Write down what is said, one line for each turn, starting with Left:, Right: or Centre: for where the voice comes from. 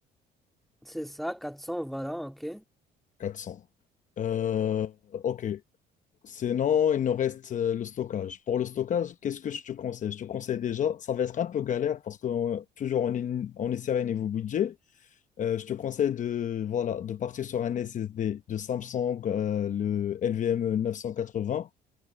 Centre: c'est ça, 400 voilà, ok.
Left: 400. Euh, ok. Sinon, il nous reste euh, le stockage. Pour le stockage, qu'est-ce que je te conseille? Je te conseille déjà, ça va être un peu galère parce que euh, toujours on est, on est serré niveau budget. Euh, je te conseille de, voilà, de partir sur un SSD de Samsung, euh, le quatre 980,